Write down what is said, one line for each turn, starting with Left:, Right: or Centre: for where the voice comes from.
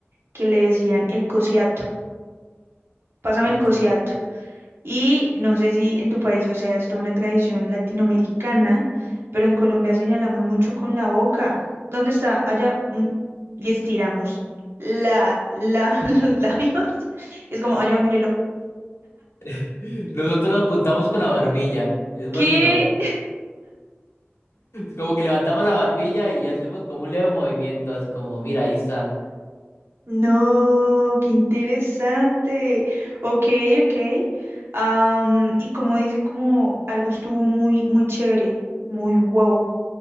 Right: que le decían el cosiato, pásame
Left: ok.
Right: el cosiato. Y no sé si en tu país, o sea, esto es toda una tradición latinoamericana, pero en Colombia señalamos mucho con la boca. ¿Dónde está? Allá. mm, Y estiramos la, la, <laughs> los labios. Es como, allá, mírelo.
Left: <laughs> Nosotros lo apuntamos con la barbilla. Es
Right: ¿Qué?
Left: vacilón. Como que levantamos la barbilla y hacemos como un leve movimiento, así como, mira, ahí está.
Right: No, qué interesante. Ok, ok. Am, y como dicen, como algo estuvo muy, muy chévere, muy wow.